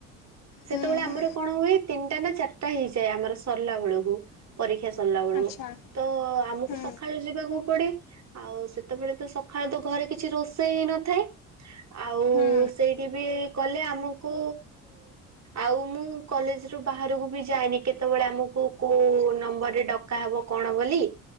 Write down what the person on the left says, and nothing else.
ହୁଁ ହୁଁ
ଆଚ୍ଛା
ହୁଁ
ହୁଁ